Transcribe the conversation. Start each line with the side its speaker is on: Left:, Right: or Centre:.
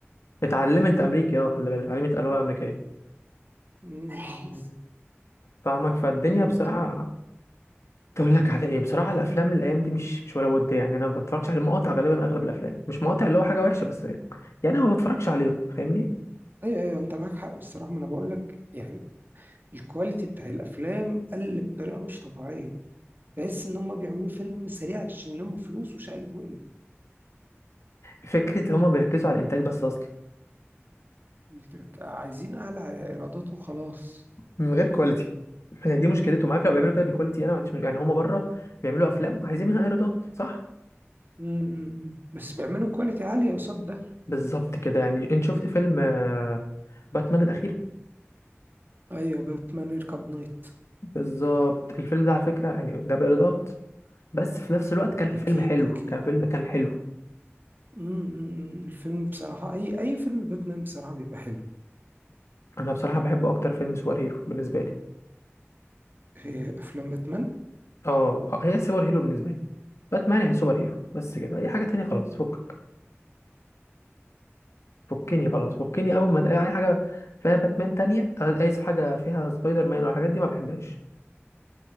Left: اتعلمت امريكي اه خلي بالك اتعلمت لغه امريكيه
Right: مم،
Left: فاهمك فالدنيا
Right: فهمت
Left: بصراحه
Right: اه
Left: تقول لك على ايه بصراحه الافلام الايام دي مش مش ولا ود يعني انا ما بتفرجش على مقاطع غالبا اغلب الافلام مش مقاطع اللي هو حاجه وحشه بس يعني انا ما بتفرجش عليهم فاهمني
Right: ايوه ايوه انت معاك حق بصراحة ما انا بقول لك يعني الكواليتي بتاع الافلام قل بطريقة مش طبيعية تحس ان هم بيعملوا فيلم سريع عشان يلموا فلوس وشقلب وقلب
Left: فكره هما بيركزوا على الانتاج بس اصلا
Right: الترك آه، عايزين اعلى ايرادات وخلاص
Left: من غير كواليتي هي دي مشكلتهم عارف لو بيعملوا كده بكواليتي انا ما عنديش مش- يعني هما بره بيعملوا افلام عايزين منها ايرادات صح
Right: مم، مم، مم. بس بيعملوا كواليتي عالية قصاد ده
Left: بالظبط كده يعني انت شفت فيلم آه، باتمان الاخير
Right: ايوه باتمان يركب نايت
Left: بالظبط الفيلم ده على فكره يعني جاب ايرادات بس في نفس الوقت كان
Right: اكيد
Left: فيلم حلو
Right: اكيد
Left: كان فيلم كان حلو
Right: مم، مم، مم. الفيلم بصراحة اي اي فيلم باتمان بصراحة بيبقى حلو
Left: انا بصراحه بحبه اكتر فيلم سوبر هيرو بالنسبه لي
Right: إيه، افلام باتمان
Left: اه آه، هي السوبر هيرو بالنسبه لي باتمان يعني سوبر هيرو بس كده اي حاجه تانية خلاص فكك فكني خلاص فكني اول ما تلاقي اي حاجه فيها باتمان تانية آه، اي حاجه فيها سبايدر مان والحاجات دي ما بحبهاش